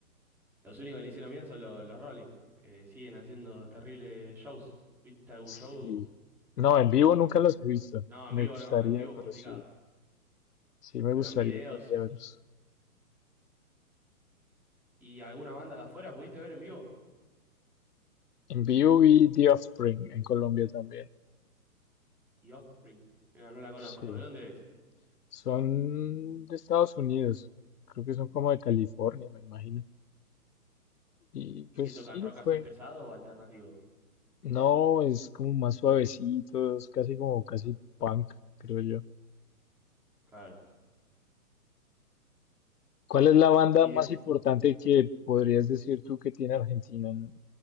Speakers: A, in the centre; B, on the left.
A: Los únicos que le hicieron bien son los, los Rolling, que siguen haciendo terribles shows. ¿Viste algún
B: Sí.
A: show?
B: No, en vivo nunca
A: En...
B: los
A: Yo-
B: he visto.
A: No,
B: Me
A: en vivo
B: gustaría,
A: no, en vivo
B: pero
A: es complicado.
B: sí, sí me
A: Pero
B: gustaría
A: en videos
B: algún día verlos.
A: y alguna banda de afuera, ¿pudiste ver en vivo?
B: En vivo vi The Offspring en Colombia también.
A: The Offspring. Mira, no la conozco.
B: Sí.
A: ¿De dónde es?
B: Son de Estados Unidos. Creo que son como de California, me imagino. Y pues
A: ¿Y qué tocan?
B: sí,
A: ¿Rock
B: fue.
A: así pesado o alternativo?
B: No, es como más suavecitos, casi como casi punk, creo yo.
A: Claro.
B: ¿Cuál es la banda
A: Y
B: más
A: de... co-
B: importante que podrías decir tú que tiene Argentina en,